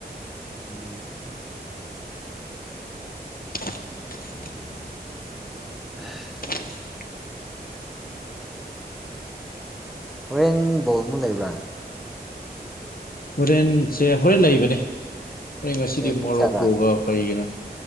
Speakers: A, in the centre; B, on the left (about 60°).
A: ꯎꯝ
B: <inaudible>
A: <unintelligible>
B: <inaudible>
A: ꯍꯣꯔꯦꯟ ꯕꯣꯜ ꯑꯃꯩꯛ ꯂꯩꯕ꯭ꯔꯥ <unintelligible>
B: ꯍꯣꯔꯦꯟꯁꯦ ꯍꯣꯔꯦꯟ ꯂꯩꯕꯅꯤ ꯉꯁꯤꯗꯤ
A: ꯀꯩ ꯄꯨꯡ
B: ꯃꯣꯔꯣꯛꯀꯣꯒ
A: ꯀꯌꯥꯗ
B: ꯀꯔꯤꯒꯅꯣ